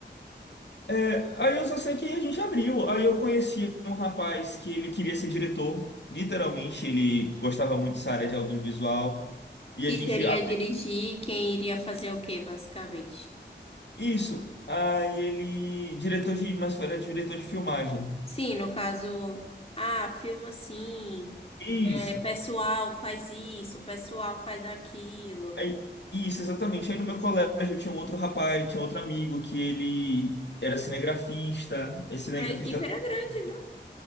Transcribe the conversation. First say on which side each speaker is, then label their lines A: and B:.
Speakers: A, on the left; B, on the left.
A: É, aí eu só sei que a gente abriu. Aí eu conheci um rapaz que ele queria ser diretor. Literalmente, ele gostava muito dessa área de audiovisual. E a
B: Que
A: gente.
B: seria
A: ah,
B: dirigir, quem iria fazer o quê, basicamente?
A: Isso. Aí ele. Diretor de. Mas era diretor de filmagem.
B: Sim, no caso, ah, filma assim,
A: Isso.
B: é, pessoal faz isso, pessoal faz aquilo.
A: Aí- isso, exatamente. Aí no meu colégio tinha um outro rapaz, tinha outro amigo que ele era cinegrafista, é cinegrafista.
B: A equipe
A: até
B: era grande,
A: hoje.
B: viu?